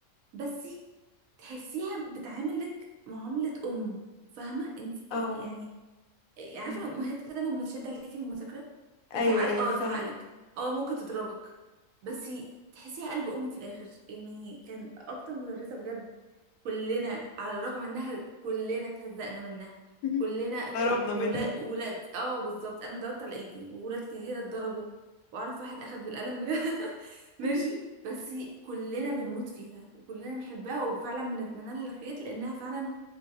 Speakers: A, on the right; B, on the left.
A: بس تحسيها بتعاملك معاملة أم فاهمة انت
B: اه
A: يعني عارفة
B: آه.
A: الأمهات كده لما تشد عليكي في المذاكرة وتعال
B: أيوه أيوه
A: اه
B: فاهمة
A: تعقلك اه ممكن تضربك بس تحسيها قلب أم في الآخر يعني كان أكتر مدرسة بجد كلنا على الرغم انها كلنا اتهزقنا منها
B: <laughs>
A: كلنا
B: قربنا
A: ولا-
B: منها
A: ولاد اه بالظبط انا ضربت على ايدي وولاد كتير اتضربوا واعرف واحد اخد بالقلم بجد <laughs> ماشي
B: <laughs>
A: بس كلنا بنموت فيها وكلنا بنحبها وفعلا بنتمنى لها الخير لانها فعلا